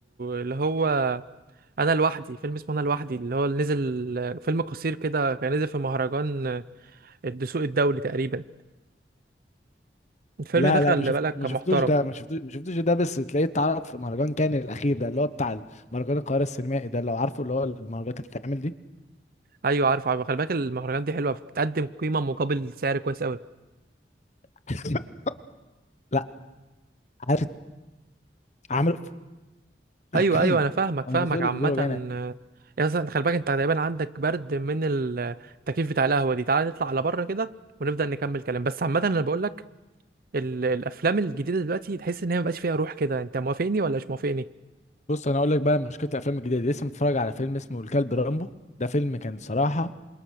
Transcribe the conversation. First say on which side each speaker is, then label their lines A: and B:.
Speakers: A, on the right (about 55°); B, on the left (about 40°).
A: اللي هو انا لوحدي فيلم اسمه انا لوحدي اللي هو اللي نزل فيلم قصير كده كان نزل في مهرجان الدسوق الدولي تقريبا الفيلم
B: لا
A: ده خلي
B: لا ما شفت
A: بالك
B: ما
A: كان
B: شفتوش
A: محترم
B: ده ما شفتوش ما شفتوش ده بس تلاقيه اتعرض في مهرجان كان الأخير ده اللي هو بتاع مهرجان القاهرة السينمائي ده لو عارفه اللي هو المهرجانات اللي بتتعمل دي
A: ايوه عارف عارف خلي بالك المهرجان دي حلوه بتقدم قيمه مقابل سعر كويس قوي
B: <laughs> لا عارف عامل <clears throat>
A: ايوه ايوه انا فاهمك
B: انا
A: فاهمك
B: زوري
A: عامه
B: زوري وجعان
A: يا اصلا خلي بالك انت تقريبا عندك برد من التكييف بتاع القهوه دي تعالى نطلع على بره كده ونبدا نكمل كلام بس عامه انا بقول لك ال- الافلام الجديده دلوقتي تحس ان هي مبقاش فيها روح كده انت موافقني ولا مش موافقني
B: بص انا اقول لك بقى مشكله الافلام الجديده دي لسه متفرج على فيلم اسمه الكلب رامبو ده فيلم كان صراحه